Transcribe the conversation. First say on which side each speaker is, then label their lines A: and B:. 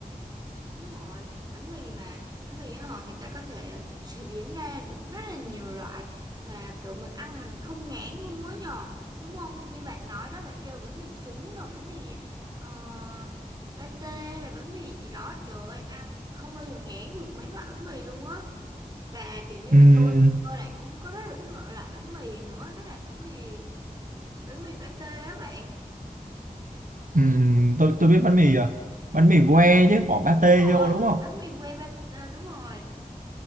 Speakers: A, on the right; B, on the right.
A: Đúng rồi, bánh mì mà, bánh mì á họ người ta có thể chế biến ra được rất là nhiều loại mà kiểu mình ăn mình không ngán luôn á nhờ, đúng không? Như bạn nói đó, bạn kêu bánh mì trứng rồi bánh mì uh, pate hay là bánh mì gì đó, trời ơi, ăn không bao giờ ngán được mấy loại bánh mì luôn á. Và kiểu như
B: Ừm,
A: là tôi, tôi lại cũng có rất là thích một loại bánh mì nữa, đó là bánh mì, bánh mì pate á bạn.
B: ừm, tôi tôi biết bánh mì à, bánh mì que chứ bỏ pate
A: Đúng rồi,
B: vô đúng không
A: bánh mì que pate, à, đúng rồi.